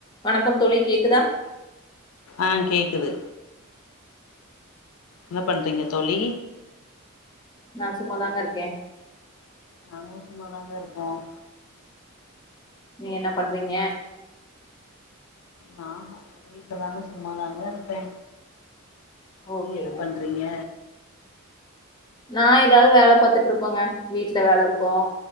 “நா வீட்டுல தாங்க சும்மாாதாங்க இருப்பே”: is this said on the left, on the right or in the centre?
Left